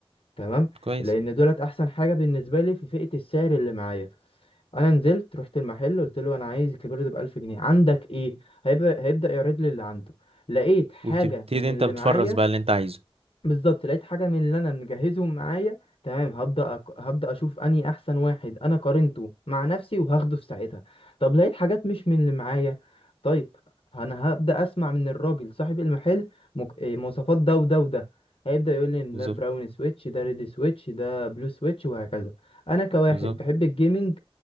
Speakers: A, on the left (about 70°); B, on the right (about 75°).
A: تمام
B: كويس
A: لان دولت احسن حاجه بالنسبه لي في فئه السعر اللي معايا انا نزلت رحت المحل قلت له انا عايز الكبير ده 1000 جنيه عندك ايه هيبقى هيبدا يعرض لي اللي عنده لقيت حاجه
B: وبتبتدي
A: من
B: أنت
A: اللي
B: بتفرز
A: معايا
B: بقى اللي أنت عايزه
A: بالظبط لقيت حاجه من اللي انا مجهزهم معايا تمام هبدا أك... هبدا اشوف اني احسن واحد انا قارنته مع نفسي وهاخده في ساعتها طب لقيت حاجات مش من اللي معايا طيب انا هبدا اسمع من الراجل صاحب المحل مك... إيه، مواصفات ده وده وده هيبدا يقول لي إن
B: بالظبط
A: ده براون سويتش ده ريد سويتش ده بلو سويتش وهكذا انا كواحد
B: بالظبط
A: بحب الجيمنج